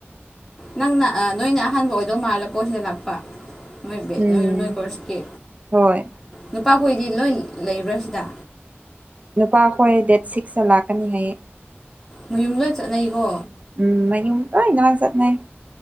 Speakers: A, in the centre; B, on the right.
A: ꯅꯪꯅ ꯑ ꯅꯣꯏꯅ ꯑꯍꯥꯟꯕ ꯑꯣꯏꯗꯧ ꯃꯥꯜꯂꯦꯀꯣ ꯁꯤꯗ ꯂꯥꯛꯄ ꯃꯣꯏ ꯕꯦ
B: ꯎꯝ
A: ꯅꯣꯏ ꯅꯣꯏ ꯀꯣꯔꯦꯁꯀꯤ
B: ꯍꯣꯏ
A: ꯅꯨꯄꯥꯈꯣꯏꯗꯤ ꯂꯣꯏ ꯂꯩꯕ꯭ꯔꯥ ꯁꯤꯗ
B: ꯅꯨꯄꯥ ꯈꯣꯏ ꯗꯦꯠ ꯁꯤꯛꯁꯇ ꯂꯥꯛꯀꯅꯤ ꯍꯥꯏꯌꯦ
A: ꯃꯌꯨꯝ ꯂꯣꯏ ꯆꯠꯅꯩꯀꯣ
B: ꯎꯝ ꯃꯌꯨꯝ ꯂꯣꯏ ꯂꯣꯏ ꯆꯠꯅꯩ